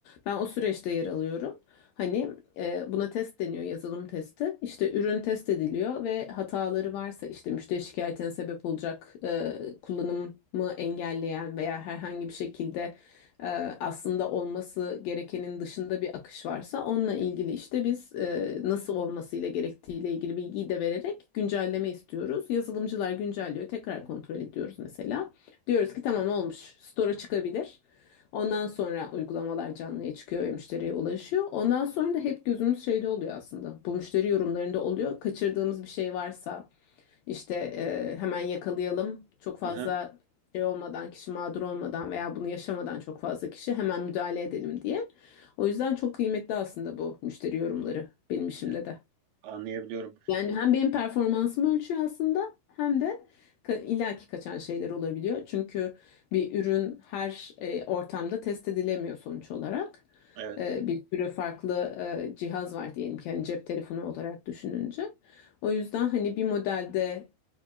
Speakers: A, on the left (about 85°); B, on the right (about 75°).
A: Ben o süreçte yer alıyorum. Hani e, buna test deniyor, yazılım testi. İşte ürün test ediliyor ve hataları varsa işte müşteri şikayetine sebep olacak e, kullanımı engelleyen veya herhangi bir şekilde e, aslında olması gerekenin dışında bir akış varsa onunla ilgili işte biz e, nasıl olmasıyla gerektiğiyle ilgili bilgiyi de vererek güncelleme istiyoruz. Yazılımcılar güncelliyor, tekrar kontrol ediyoruz mesela. Diyoruz ki tamam olmuş, store'a çıkabilir. Ondan sonra uygulamalar canlıya çıkıyor ve müşteriye ulaşıyor. Ondan sonra da hep gözümüz şeyde oluyor aslında. Bu müşteri yorumlarında oluyor. Kaçırdığımız bir şey varsa işte e, hemen yakalayalım. Çok fazla
B: Hı hı.
A: şey olmadan, kişi mağdur olmadan veya bunu yaşamadan çok fazla kişi hemen müdahale edelim diye. O yüzden çok kıymetli aslında bu müşteri yorumları benim işimde
B: Evet,
A: de.
B: anlayabiliyorum.
A: Yani hem benim performansımı ölçüyor aslında hem de ka illaki kaçan şeyler olabiliyor. Çünkü bir ürün her e, ortamda test edilemiyor sonuç olarak.
B: Evet,
A: E, bir sürü farklı e, cihaz var diyelim ki hani cep telefonu olarak düşününce. O yüzden hani bir modelde